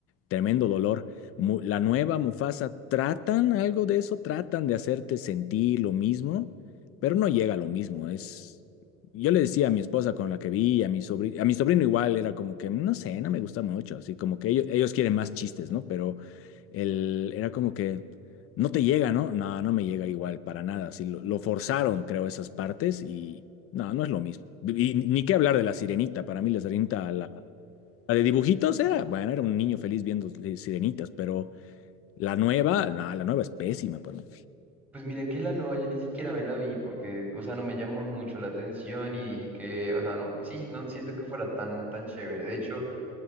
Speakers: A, on the left; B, in the centre.
A: tremendo dolor. Mu- La nueva Mufasa, tratan algo de eso, tratan de hacerte sentir lo mismo, pero no llega a lo mismo. Es, yo le decía a mi esposa con la que vi, a mi sobrino, a mi sobrino igual, era como que, no sé, no me gusta mucho, así como que ellos, ellos quieren más chistes, ¿no? Pero el, era como que... No te llega, ¿no? No, no me llega igual para nada. Sí, lo, lo forzaron, creo, esas partes y no, no es lo mismo. Y ni qué hablar de la sirenita. Para mí la sirenita, la, la de dibujitos era, bueno, era un niño feliz viendo si- sirenitas, pero la nueva, no, la nueva es pésima para mí.
B: Pues mira que la nueva yo ni siquiera me la vi porque, o sea, no me llamó mucho la atención y dije que, o sea, no, sí, no siento que fuera tan, tan chévere. De hecho,